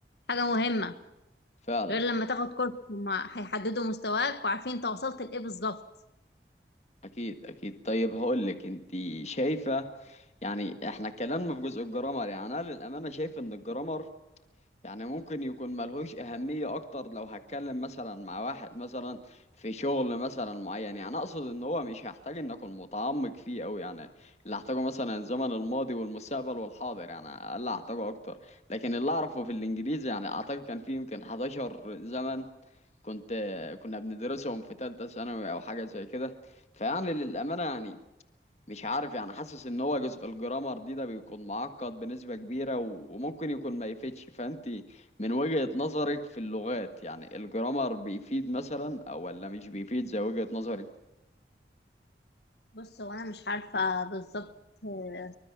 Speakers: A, on the left; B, on the left.
A: حاجة مهمة
B: فعلا
A: غير لما تاخد كورس هما هيحددوا مستواك وعارفين انت وصلت لإيه بالظبط
B: اكيد اكيد طيب هقول لك انت شايفه يعني احنا اتكلمنا في جزء الجرامر يعني انا للامانه شايف ان الجرامر يعني ممكن يكون ملهوش أهمية أكتر لو هتكلم مثلا مع واحد مثلا في شغل مثلا معين يعني أقصد إن هو مش هحتاج إن أكون متعمق فيه أوي يعني اللي هحتاجه مثلا الزمن الماضي والمستقبل والحاضر يعني اللي هحتاجه أكتر لكن اللي أعرفه في الإنجليزي يعني أعتقد كان فيه يمكن 11 زمن كنت كنا بندرسهم في تالتة ثانوي أو حاجة زي كده فيعني للأمانة يعني مش عارف يعني حاسس ان هو جزء الجرامر دي ده بيكون معقد بنسبة كبيرة و- وممكن يكون ما يفيدش فانت من وجهة نظرك في اللغات يعني الجرامر بيفيد مثلا او ولا مش بيفيد زي وجهة نظري
A: بص هو انا مش عارفة بالظبط آه،